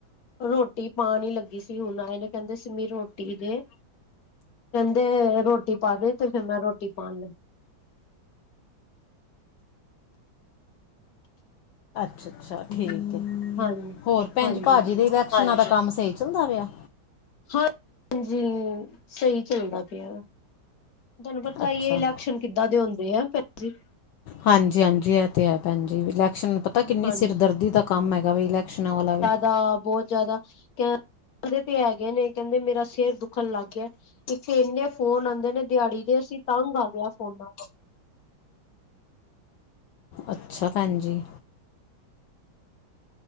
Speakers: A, on the left; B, on the left.
A: ਰੋਟੀ ਪਾਨ ਈ ਲੱਗੀ ਸੀ, ਹੁਨ ਆਏ ਨੇ, ਕੈਂਦੇ ਸਿੰਮੀ ਰੋਟੀ ਦੇ ਤੇ ਰੋਟੀ ਪਾਦੇ, ਤੇ ਫੇਰ ਮੈਂ ਰੋਟੀ ਪਾਨ ਈ ਲੱਗੀ
B: ਅੱਛਾ, ਅੱਛਾ ਠੀਕ ਏ
A: ਹਾਂਜੀ
B: ਹੋਰ ਪੈਂਜੀ,
A: ਹਾਂਜੀ
B: ਭਾਜੀ
A: ਹਾਂਜੀ
B: ਦੇ ਇਲੈਕਨਾਂ ਦਾ ਕੰਮ ਸਈ ਚੱਲਦਾ ਪਿਆ
A: ਹਾਂ ਹਾਂਜੀ, ਸਈ ਚੱਲਦਾ ਪਿਆ ਵਾ। ਤਾਨੂੰ ਪਤਾ
B: ਅੱਛਾ
A: ਈ ਏ ਇਲੈਕਸ਼ਨ ਕਿੱਦਾ ਦੇ ਹੁੰਦੇ ਐ ਭੈਣਜੀ।
B: ਹਾਂਜੀ, ਹਾਂਜੀ ਐ ਤੇ ਐ ਭੈਣਜੀ, ਇਲੈਕਸ਼ਨ ਪਤਾ ਕਿੰਨੀ
A: ਹਾਂਜੀ
B: ਸਿਰਦਰਦੀ ਦਾ ਕੰਮ ਹੈਗਾ ਵੇ, ਇਲੈਕਸ਼ਨਾਂ ਵਾਲਾ ਵੀ
A: ਤਾ ਬੋਤ ਜਾਦਾ ਕੈ ਕੈਂਦੇ ਤੇ ਹੈਗੇ ਨੇ, ਕੈਂਦੇ ਮੇਰਾ ਸਿਰ ਦੁਖਨ ਲੱਗ ਗਿਆ ਇੱਥੇ ਏਨੇ ਫੋਨ ਆਂਦੇ ਨੇ ਦਿਆੜੀ ਦੇ, ਅਸੀ ਤੰਗ ਆਗੇ ਆ ਫੋਨਾਂ ਤੋਂ।
B: ਅੱਛਾ, ਭੈਣਜੀ।